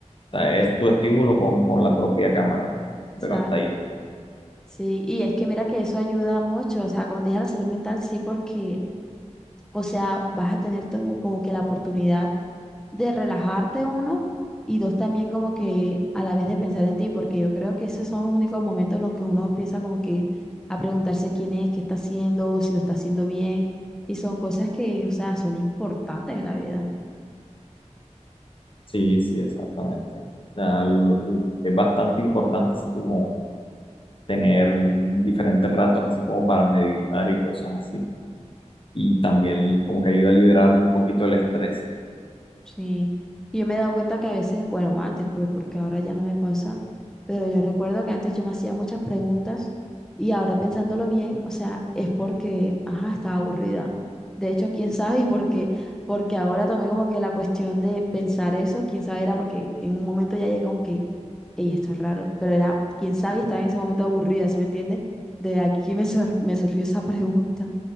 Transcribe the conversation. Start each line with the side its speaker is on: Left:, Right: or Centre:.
Left: O sea, es
Centre: Es
Left: tu
Centre: que- o
Left: estímulo con, con la propia cámara,
Centre: sea,
Left: pero hasta ahí.
Centre: sí, y es que mira que eso ayuda mucho, o sea, como te dije, la salud mental sí, porque, o sea, vas a tener to- como que la oportunidad de relajarte uno y dos también como que a la vez de pensar en ti, porque yo creo que esos son los únicos momentos en los que uno empieza como que a preguntarse quién es, qué está haciendo, si lo está haciendo bien, y son cosas que, o sea, son importantes en la vida.
Left: Sí, sí, exactamente. O sea, l- l- es bastante importante así como tener diferentes ratos así como para meditar y cosas así. Y también como que ayuda a liberar un poquito el estrés.
Centre: Sí, y yo me he dado cuenta que a veces, bueno, antes pues, porque ahora ya no me pasa, pero yo recuerdo que antes yo me hacía muchas preguntas y ahora pensándolo bien, o sea, es porque, ajá, estaba aburrida. De hecho, quién sabe, <laughs> y porque, porque ahora tomé como que la cuestión de pensar eso, quién sabe, era porque en un momento ya llegó un que, ey, esto es raro, pero era, quién sabe, y estaba en ese momento aburrida, ¿sí me entiendes? De aquí me, sur- me surgió esa pregunta